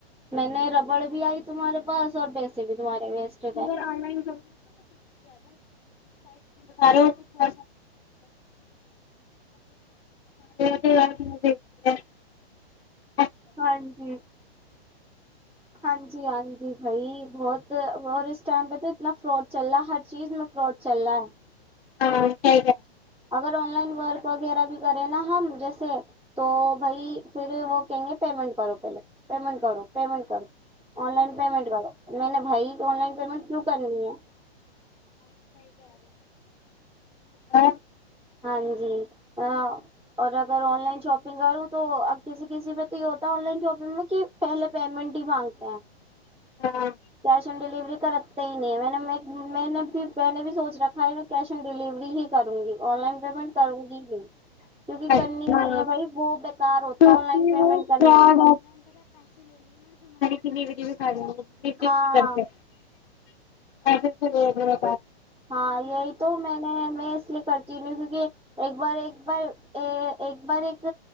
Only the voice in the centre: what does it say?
میں نے ربڑ بھی آئی تمہارے پاس اور پیسے بھی تمہارے ویسٹ
گئے
ہاں جی ہاں جی ہاں جی بھائی بہت اور اس ٹائم پہ تو اتنا فراڈ چل رہا ہے ہر چیز میں فراڈ چل رہا ہے
اگر آن لائن ورک وغیرہ بھی کریں نا ہم جیسے تو بھائی پھر وہ کہیں گے پیمنٹ کرو پہلے پیمنٹ کرو پیمنٹ کرو آن لائن پیمنٹ کرو میں نے بھائی آن لائن پیمنٹ کیوں کرنی ہے
ہاں جی اور اگر آن لائن شاپنگ کروں تو ا کسی کسی پہ تو یہ ہوتا ہے آن لائن شاپنگ میں کہ پہلے پیمنٹ ہی مانگتے ہیں
کیش آن ڈیلیوری کا رکھتے ہی نہیں ہے میں نے میں نے بھی میں نے بھی سوچ رکھا ہے میں کیش آن ڈلیوری ہی کروں گی آن لائن پیمنٹ کروں گی ہی کیونکہ
کرنی ہی نہیں ہے بھائی وہ بکار ہوتی
ہے آن لائن پیمنٹ
کرنا
ہاں
ہاں یہی تو میں نےیں اس لیے کرتی کیونکہ ایک بار ایک بار ایک بار ایک